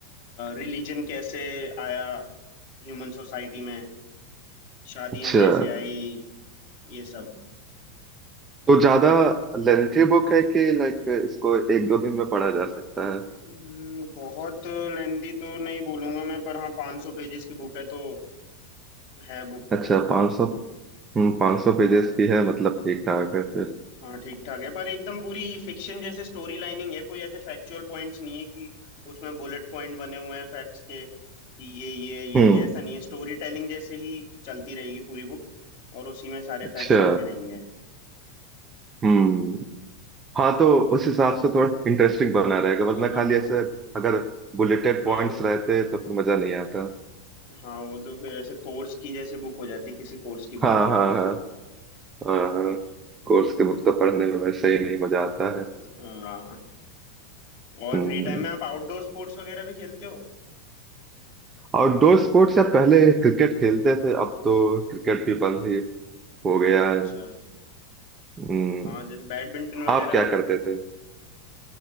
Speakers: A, on the left; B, on the right.
A: रिलीजन कैसे आया ह्यूमन सोसाइटी में शादियां
B: अच्छा
A: कैसे आई ये सब
B: तो ज्यादा लेंथी बुक है कि लाइक इसको एक दो दिन में पढ़ा जा सकता है
A: हम्म, बहुत लेंदी तो नहीं बोलूंगा मैं पर हाँ 500 सौ पेजेस की बुक है तो है बुक
B: अच्छा
A: तो
B: पाँच सौ हम्म पाँच सौ
A: हाँ
B: पेजेस की है मतलब ठीक ठाक है फिर
A: हाँ ठीक ठाक है पर एकदम पूरी फिक्शन जैसे स्टोरी लाइनिंग है कोई ऐसे फैक्चुअल पॉइंट्स नहीं है कि उसमें बुलेट पॉइंट बने हुए हैं फैक्ट्स के कि ये ये ये
B: हम्म
A: ये ऐसा नहीं है स्टोरी टेलिंग जैसे ही चलती रहेगी पूरी बुक और उसी में सारे
B: अच्छा
A: फैक्ट्स आते रहेंगे
B: हम्म हाँ तो उस हिसाब से थोड़ा इंटरेस्टिंग बना रहेगा वरना
A: हाँ
B: खाली ऐसे अगर बुलेटेड पॉइंट्स
A: हाँ वो-
B: रहते तो फिर मजा नहीं आता
A: हाँ वो तो फिर ऐसे कोर्स की जैसी बुक हो जाती किसी कोर्स की
B: हाँ
A: बुक हो
B: हाँ हाँ हाँ कोर्स के बुक तो पढ़ने में वैसे ही नहीं मजा आता है
A: हाँ और
B: हम्म
A: फ्री टाइम में आप आउटडोर स्पोर्ट्स वगैरह भी खेलते हो
B: आउटडोर स्पोर्ट्स या पहले क्रिकेट खेलते थे अब तो क्रिकेट भी बंद ही हो गया
A: अच्छा
B: है हम्म
A: हाँ जैसे बैडमिंटन वगैरह
B: आप क्या करते थे